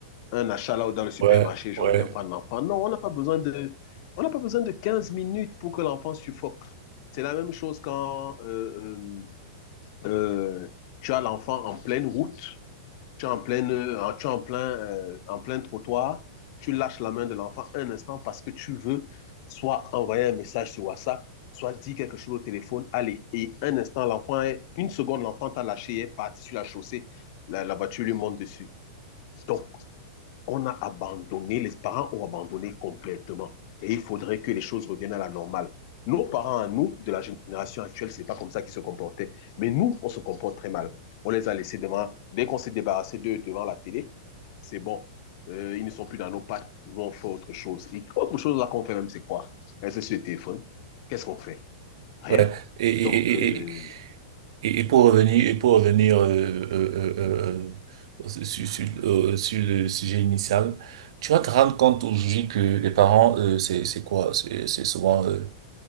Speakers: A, on the left; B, on the right.
A: un achat là ou dans le supermarché.
B: Ouais,
A: Je
B: ouais.
A: reviens prendre l'enfant. Non, on n'a pas besoin de, on n'a pas besoin de 15 minutes pour que l'enfant suffoque. C'est la même chose quand euh, euh, euh, tu as l'enfant en pleine route, tu es en, pleine, euh, tu es en, plein, euh, en plein trottoir, tu lâches la main de l'enfant un instant parce que tu veux soit envoyer un message sur WhatsApp, soit dire quelque chose au téléphone, allez. Et un instant, l'enfant est, une seconde, l'enfant t'a lâché, est parti sur la chaussée, la, la voiture lui monte dessus. Donc, on a abandonné, les parents ont abandonné complètement. Et il faudrait que les choses reviennent à la normale. Nos parents à nous, de la génération actuelle, c'est pas comme ça qu'ils se comportaient. Mais nous, on se comporte très mal. On les a laissés devant, dès qu'on s'est débarrassé d'eux devant la télé, c'est bon. Euh, ils ne sont plus dans nos pattes. Nous, on fait autre chose. Et autre chose là qu'on fait même, c'est quoi? Est-ce sur le téléphone? Qu'est-ce qu'on fait? Rien.
B: ouais. Et, et,
A: Donc, euh,
B: et, et, et- pour revenir, et pour revenir euh, euh, euh, euh, euh, sur, sur, euh, sur le sujet initial, tu vas te rendre compte aujourd'hui que les parents, euh, c'est, c'est quoi? C'est c'est souvent, euh,